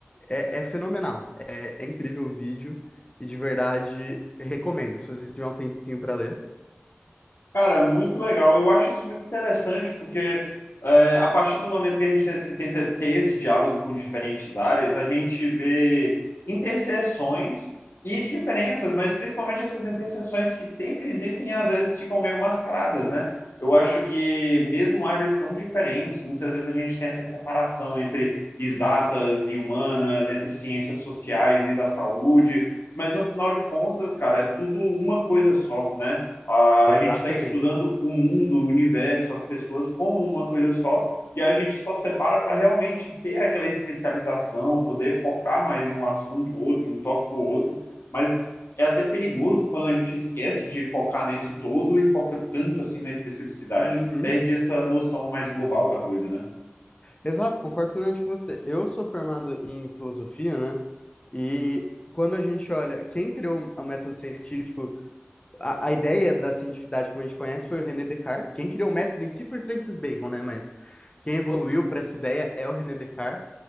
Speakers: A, on the left; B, on the left.
A: É, é fenomenal. É, é incrível o vídeo e de verdade recomendo, se você tiver um tempinho para ler.
B: Cara, muito legal. Eu acho isso muito interessante, porque é, a partir do momento que a gente tem- esse- tenta ter esse diálogo com diferentes áreas, a gente vê interseções e diferenças, mas principalmente essas interseções que sempre existem e às vezes ficam meio mascaradas, né? Eu acho que mesmo áreas tão diferentes, muitas vezes a gente tem essa separação entre exatas e humanas, entre ciências sociais e da saúde, mas no final de contas, cara, é tudo uma coisa só, né? A,
A: Exatamente.
B: gente está estudando o mundo, o universo, as pessoas como uma coisa só, e a gente só separa para realmente ter aquela especialização, poder focar mais em um assunto ou outro, em um tópico ou outro, mas é até perigoso quando a gente esquece de focar nesse todo e foca tanto assim na especificidade.
A: Uhum.
B: Perde essa noção mais global da coisa, né?
A: Exato, concordo plenamente com você. Eu sou formado em filosofia, né? E quando a gente olha quem criou o método científico, a, a ideia da cientificidade como a gente conhece foi o René Descartes. Quem criou o método em si foi Francis Bacon, né? Mas quem evoluiu para essa ideia é o René Descartes.